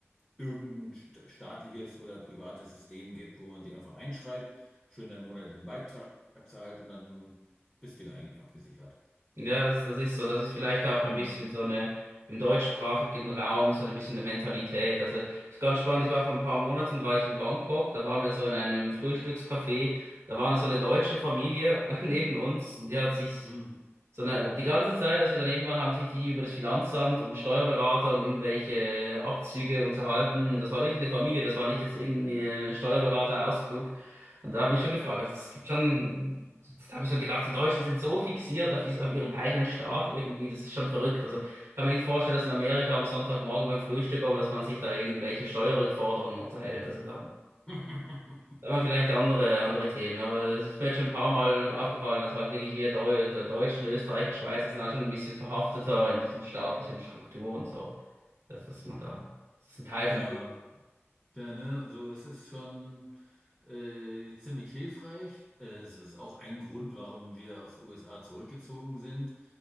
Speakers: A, in the centre; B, on the right.
A: irgendein sta- staatliches oder privates System gibt, wo man sie einfach einschreibt, schön deinen monatlichen Beitrag zahlt und dann bist du ja eigentlich abgesichert.
B: Ja, das, das ist so. Das ist vielleicht auch
A: Hm.
B: ein bisschen so eine im deutschsprachigen Raum so ein bisschen eine Mentalität. Also ist ganz spannend. Ich war vor ein paar Monaten war ich in Bangkok. Da waren wir so in einem Frühstückscafé. Da war eine so eine deutsche Familie <laughs> neben uns. Die hat sich
A: Hm.
B: sondern äh, die ganze Zeit, als wir daneben waren, haben sich die über das Finanzamt und Steuerberater und irgendwelche äh, Abzüge unterhalten. Das war wirklich eine Familie, das war nicht jetzt irgendein Steuerberater-Ausflug. Und da habe ich schon gefragt, also es gibt schon, da habe ich so gedacht, die Deutschen sind so fixiert auf, dies- auf ihren eigenen Staat irgendwie, das ist schon verrückt. Also ich kann mir nicht vorstellen, dass in Amerika am Sonntagmorgen beim Frühstück, aber dass man sich da irgendwelche Steuerrückforderungen unterhält. Also da
A: <laughs>
B: aber vielleicht andere, andere Themen. Aber es ist mir jetzt schon ein paar Mal aufgefallen, dass halt wirklich wir Deu Deutschen, Österreicher, Schweizer sind halt schon ein bisschen verhafteter in diesen staatlichen Strukturen so. Dass, dass man da, das ist ein Teil
A: Ja.
B: von.
A: Ja, ne, so es ist schon äh, ziemlich hilfreich. Äh, es ist auch ein Grund, warum wir aus den USA zurückgezogen sind,